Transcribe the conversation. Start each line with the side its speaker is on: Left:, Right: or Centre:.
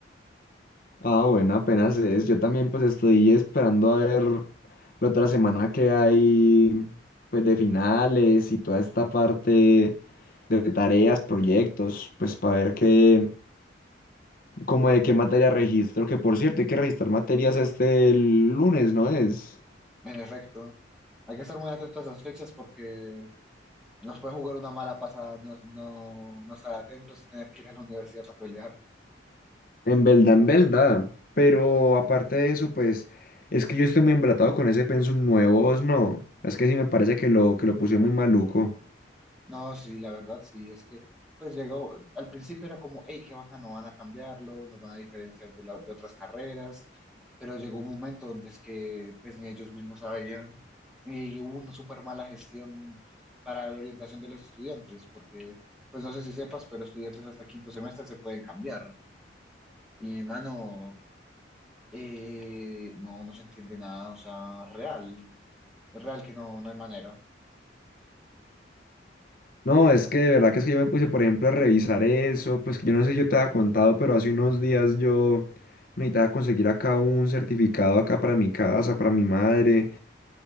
Left: Ah, bueno, apenas es. Yo también pues estoy esperando a ver la otra semana que hay pues de finales y toda esta parte de tareas, proyectos, pues para ver qué, como de qué materia registro, que por cierto hay que registrar materias este lunes, ¿no es?
Centre: En efecto, hay que estar muy atentos a las fechas porque nos puede jugar una mala pasada, no, no, no estar atentos y tener que ir a la universidad a pelear.
Left: En verdad, en verdad. Pero aparte de eso, pues es que yo estoy muy embalatado con ese pensum nuevo, es no. Es que sí me parece que lo, que lo puse muy maluco.
Centre: No, sí, la verdad sí, es que pues llegó, al principio era como, hey, qué bacano, no van a cambiarlo, nos van a diferenciar de, la- de otras carreras, pero llegó un momento donde es que pues ni ellos mismos sabían y hubo una súper mala gestión para la orientación de los estudiantes, porque pues no sé si sepas, pero estudiantes hasta quinto semestre se pueden cambiar y mano, eh, no, no se entiende nada, o sea, real, real que no, no hay manera.
Left: No, es que de verdad que es que yo me puse, por ejemplo, a revisar eso. Pues yo no sé si yo te había contado, pero hace unos días yo necesitaba conseguir acá un certificado acá para mi casa, para mi madre,